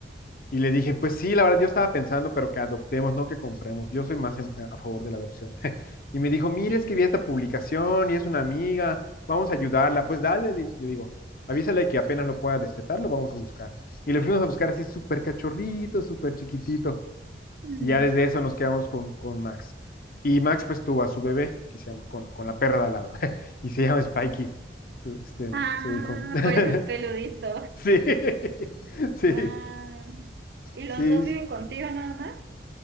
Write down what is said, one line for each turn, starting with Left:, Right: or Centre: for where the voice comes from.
Left: Y le dije, pues sí, la verdad yo estaba pensando, pero que adoptemos, no que compremos. Yo soy más en- a favor de la adopción. <laughs> Y me dijo, mire,
Right: Sí.
Left: es que vi esta publicación y es una amiga, vamos a ayudarla. Pues dale, le, le digo, avísale que apenas lo pueda destetar, lo vamos a buscar. Y lo fuimos a buscar así súper cachorrito, súper chiquitito.
Right: Mm.
Left: Y ya desde eso nos quedamos con, con Max. Y Max pues tuvo a su bebé, que se llama, con, con la perra de al lado, <laughs> y se llama Spikey, su, este,
Right: Ah,
Left: su hijo. <laughs>
Right: por eso es peludito.
Left: Sí, <laughs> sí,
Right: Guau. ¿Y los
Left: sí.
Right: dos viven contigo nada más?